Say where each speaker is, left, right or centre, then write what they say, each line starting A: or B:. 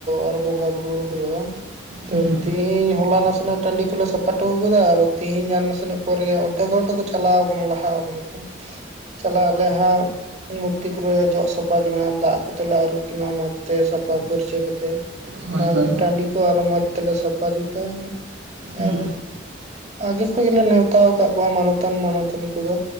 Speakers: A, on the right; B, on the right.
A: ᱟᱨᱚ ᱵᱚᱸᱜᱟ ᱵᱩᱨᱩ ᱦᱩᱭᱩᱜᱼᱟ᱾ ᱛᱚ
B: ᱦᱩᱸ
A: ᱛᱮᱦᱮᱧ ᱦᱚᱞᱟ ᱱᱟᱥᱮᱱᱟᱜ ᱴᱟᱺᱰᱤ ᱠᱚᱞᱮ ᱥᱟᱯᱷᱟ ᱦᱚᱴᱚᱣᱟ ᱟᱠᱟᱫᱟ ᱛᱤᱦᱤᱧ ᱧ ᱱᱟᱥᱮᱱᱟᱜ ᱯᱚᱨᱮᱜᱮ ᱟᱚᱨᱫᱷᱠ ᱜᱚᱨ ᱫᱚ ᱠᱚ ᱪᱟᱞᱟᱣ ᱠᱟᱱᱟ ᱞᱟᱦᱟ ᱠᱟᱱᱟ ᱠᱚ ᱪᱟᱞᱟᱜ ᱟᱞᱮ ᱦᱟᱸᱜ ᱢᱩᱨᱛᱤ ᱠᱚᱨᱮ ᱡᱚᱜ ᱥᱟᱯᱷᱟ ᱠᱤᱱᱟ ᱫᱟᱜ ᱠᱚᱛᱮᱞᱮ ᱟᱹᱨᱩᱵ ᱠᱤᱱᱟ ᱢᱚᱸᱡᱽᱛᱮ ᱥᱟᱯ ᱥᱟᱯᱷᱟ ᱯᱷᱟᱹᱨᱪᱟᱹ ᱠᱟᱛᱮᱜ
B: ᱦᱳᱭ
A: ᱚᱱᱟ
B: ᱦᱳᱭ
A: ᱠᱚᱨᱮ ᱴᱟᱺᱰᱤ ᱠᱚ ᱟᱨᱚ ᱢᱚᱸᱡᱽ ᱛᱮᱞᱮ ᱥᱟᱯᱷᱟ ᱡᱩᱛᱟᱹ
B: ᱦᱩᱸ
A: ᱟᱨ ᱟᱜᱮ ᱠᱷᱚᱱ ᱜᱮᱞᱮ ᱱᱮᱣᱛᱟ ᱟᱠᱟᱫ ᱠᱚᱣᱟ ᱢᱟᱱᱚᱛᱟᱱ ᱢᱟᱱᱚᱛᱟᱱᱤ ᱠᱚᱫᱚ᱾